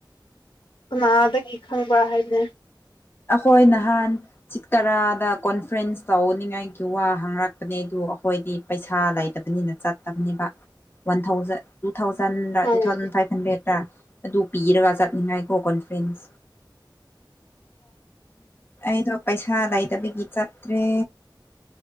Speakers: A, on the left; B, on the left.
A: ꯀꯅꯥꯗꯒꯤ ꯈꯪꯕ꯭ꯔ ꯍꯥꯏꯅꯦ
B: ꯑꯩꯈꯣꯏ ꯅꯍꯥꯟ ꯁꯤꯠꯀꯔꯥꯗ ꯀꯣꯟꯐ꯭ꯔꯦꯟꯁ ꯇꯧꯅꯤꯡꯉꯥꯏꯒꯤ ꯋꯥ ꯍꯥꯡꯉꯔꯛꯄꯅꯦ ꯑꯗꯨ ꯑꯩꯈꯣꯏꯗꯤ ꯄꯩꯁꯥ ꯂꯩꯇꯕꯅꯤꯅ ꯆꯠꯇꯕꯅꯦꯕ ꯋꯥꯟ ꯊꯥꯎꯖꯟ ꯇꯨ ꯊꯥꯎꯖꯟꯗ
A: ꯍꯣꯏ
B: ꯇꯨ ꯊꯥꯎꯖꯟ ꯐꯥꯏꯚ ꯍꯟꯗ꯭ꯔꯦꯠꯇ ꯑꯗꯨ ꯄꯤꯔꯒ ꯆꯠꯅꯤꯡꯉꯥꯏꯀꯣ ꯀꯣꯟꯐ꯭ꯔꯦꯟꯁ <inaudible> ꯄꯩꯁꯥ ꯂꯩꯇꯕꯒꯤ ꯆꯠꯇ꯭ꯔꯦ